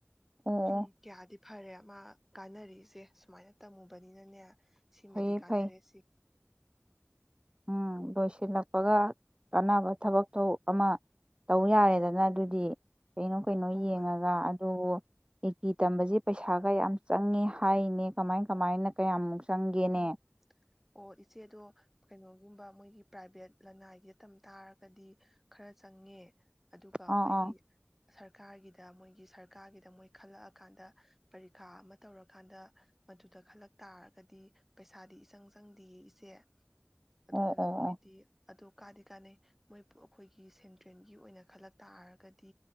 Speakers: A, on the right; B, in the centre.
A: ꯑꯣ
B: ꯑꯪ
A: ꯑꯣ
B: ꯀ꯭ꯌꯥꯗꯤ ꯐꯥꯔꯦ ꯃꯥ ꯀꯥꯟꯅꯔꯤꯁꯦ ꯁꯨꯃꯥꯏꯅ ꯇꯝꯃꯨꯕꯅꯤꯅꯅꯦ ꯁꯤꯃꯗꯤ
A: ꯐꯩꯌꯦ
B: ꯀꯥꯟꯅꯔꯦ
A: ꯐꯩ
B: ꯁꯤ
A: ꯎꯝ ꯂꯣꯏꯁꯤꯜꯂꯛꯄꯒ ꯀꯥꯟꯅꯕ ꯊꯕꯛꯇꯣ ꯑꯃ ꯇꯧ ꯌꯥꯔꯦꯗꯅ
B: ꯎꯝ
A: ꯑꯗꯨꯗꯤ ꯀꯩꯅꯣ-ꯀꯩꯅꯣ
B: ꯍꯣ
A: ꯌꯦꯡꯉꯒ
B: ꯍꯣꯏ
A: ꯑꯗꯨꯕꯨ <unintelligible> ꯇꯝꯕꯖꯤ ꯄꯩꯁꯥꯒ ꯌꯥꯝ ꯆꯪꯉꯦ ꯍꯥꯏꯅꯦ ꯀꯃꯥꯏ- ꯀꯃꯥꯏꯅ ꯀꯌꯥꯃꯨꯛ ꯆꯪꯒꯦꯅꯦ
B: ꯎꯝ ꯑꯣ ꯏꯆꯦꯗꯣ ꯀꯩꯅꯣ ꯑꯗꯨꯝꯕ ꯃꯣꯏꯒꯤ ꯄ꯭ꯔꯥꯏꯚꯦꯠ ꯂꯅꯥꯏꯒꯤ ꯇꯝ ꯇꯥꯔꯒꯗꯤ ꯈꯔ ꯆꯪꯉꯦ ꯑꯗꯨꯒ ꯑꯩꯈꯣꯏꯒꯤ
A: ꯑꯥ ꯑꯥ
B: ꯁ꯭ꯔꯞ ꯁꯔꯀꯥꯔꯒꯤꯗ ꯃꯣꯏꯒꯤ ꯁꯔꯀꯥꯔꯒꯤꯗ ꯃꯣꯏ ꯈꯜꯂꯛ ꯑꯀꯥꯟꯗ ꯄꯥꯔꯤꯈꯥ ꯑꯃ ꯇꯧꯔꯀꯥꯟꯗ ꯃꯗꯨꯗ ꯈꯜꯂꯛ ꯇꯥꯔꯒꯗꯤ ꯄꯩꯁꯥꯗꯤ ꯏꯆꯪ ꯆꯪꯗꯤꯌꯦ ꯏꯆꯦ ꯑꯗꯨꯗꯨꯅ
A: ꯑꯣ ꯑꯣ
B: ꯃꯣꯏꯗꯤ ꯑꯗꯣ ꯀꯥꯗꯤ ꯀꯥꯟꯅꯩ ꯃꯣꯏ ꯑ-ꯑꯩꯈꯣꯏꯒꯤ ꯁꯦꯟꯇ꯭ꯔꯦꯟꯒꯤ ꯑꯣꯏꯅ ꯈꯜꯂꯛ ꯇꯥꯔꯒꯗꯤ